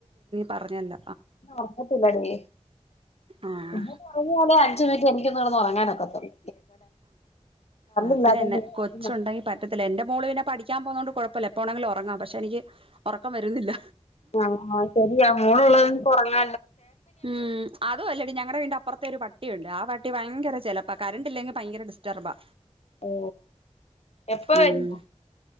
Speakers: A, on the right (about 50°); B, on the left (about 65°).
A: പറഞ്ഞല്ല
B: ഉഓക്കത്തില്ലഡി
A: ആഹ്
B: ഉഞ്ഞാല ച എിക്കൊന്നന്ന് നടന്ന്റങ്ങാനൊക്കത്തുള്ളൂ
A: ആഅത്ന്നെ
B: ഇല്ലാത്തോണ്ട്
A: കൊച്ചുണ്ടെങ്കി പറ്റത്തില്ല എന്റെ മോള് പിന്നെ പഠ ാൻ പോകത കൊണ്ട് കുഴപ്പമില്ലപ്പോഴണെിലും ഉറങ്ങാം പക്ഷെ എനിക്ക് ഉറക്കം വരുന്നില്ല
B: ആഹ ആ ശരിയാ മോളുള്ളതും കുറങ്ങ
A: ഉം അതും അല്ലടി ഞങ്ങളടെ വീണ്ട അപ്പുറത്തെ ഒരു പ പട്ടിയ ഉണ്ട് ആ പട്ടി ഭയങ്കര ചിലപ്പോപ്പ കറണ്ട് ഇല്ലെങ്കിൽ ഭയങ്കര ഡിസ്റ്റർബാ
B: ഓ എപ്പ വരമ്പോ
A: ഉം